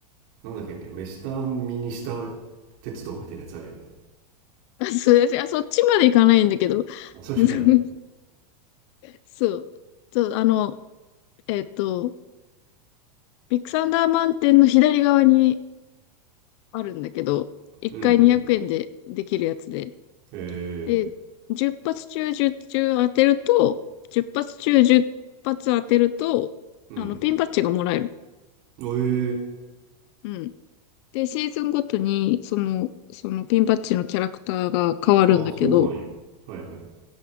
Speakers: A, on the right; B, on the left.
A: なんだっけね、ウェスタンミニスター鉄道みたいなやつあるよね。
B: あ、すいません。あ、そっちまで行かないんだけど。
A: あ、それじゃないんだ。
B: <laughs> そう。そう、あの、えっと、ビッグサンダーマウンテンの左側にあるんだけど、1回200円でできるやつで。
A: うんうんええ
B: で、10発中10中当てると、10発中10発当てると、
A: うん。
B: あの、ピンバッジがもらえる。
A: ええ
B: うん。で、シーズンごとに、その、そのピンバッジのキャラクターが変わるんだけど、
A: ああ、そうなんや。はいはい。